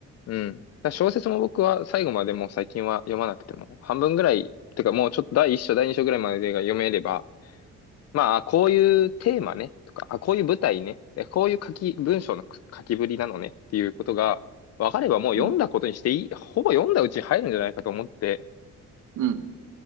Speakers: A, on the left (about 55°); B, on the right (about 75°).
A: うん。だから小説も僕は最後までもう最近は読まなくても、半分ぐらい、てかもうちょっと第一章、第二章ぐらいまでが読めれば、まあ、こういうテーマね、とか、あ、こういう舞台ね、えこういう書き、文章の書きぶりなのねっていうことが分かればもう読んだことにしていい、
B: うん。
A: ほぼ読んだうちに入るんじゃないかと思って、
B: うん。